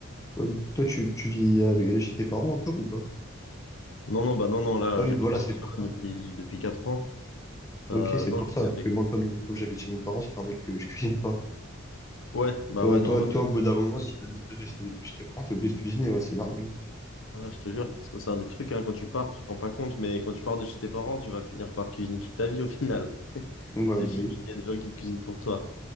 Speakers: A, on the left; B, on the left.
A: ouais, mais toi, tu, tu vis avec, chez tes parents encore ou pas?
B: Non, non, bah non, non, là
A: Ah oui,
B: j'habite
A: voilà,
B: à Barcelone
A: c'est pour ça.
B: depuis depuis quatre ans. Euh,
A: Ok, c'est
B: non,
A: pour ça.
B: j'habite
A: Parce
B: avec.
A: que moi, comme, comme j'habite chez mes parents, c'est normal que je <laughs> cuisine pas.
B: Ouais, bah
A: Toi,
B: ouais,
A: toi,
B: non.
A: toi, au bout d'un moment, si t'habites, euh, si t'habites plus chez tes parents, t'es obligé de cuisiner, ouais, c'est normal.
B: Ouais, je te jure, ça c'est un des trucs, hein, quand tu pars, tu te rends pas compte, mais quand tu pars de chez tes parents, tu vas finir par cuisiner toute ta vie au final. <laughs>
A: Donc, ouais,
B: C'est
A: bah
B: fini,
A: oui,
B: il y a des gens qui cuisinent pour toi.